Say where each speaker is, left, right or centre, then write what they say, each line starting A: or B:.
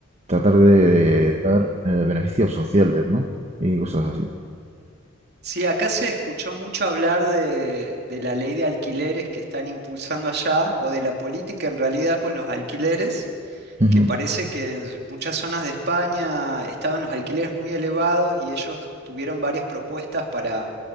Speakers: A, on the right; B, on the right.
A: tratar de dar eh, beneficios sociales, ¿no? Y cosas así.
B: Sí, acá se escuchó mucho hablar de, de la ley de alquileres que están impulsando allá, o de la política en realidad con los alquileres,
A: Ujú.
B: que parece que en muchas zonas de España estaban los alquileres muy elevados y ellos tuvieron varias propuestas para,